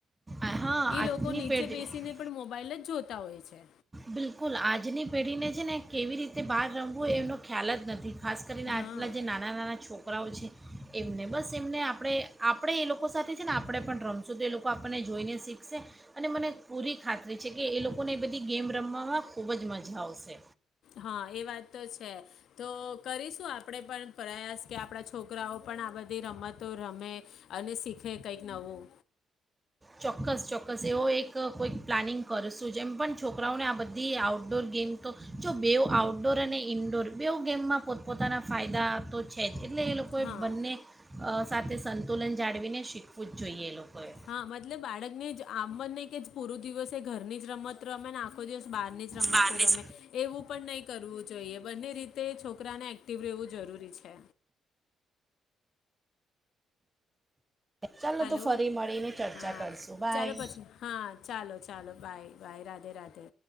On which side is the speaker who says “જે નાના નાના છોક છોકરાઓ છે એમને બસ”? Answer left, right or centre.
Right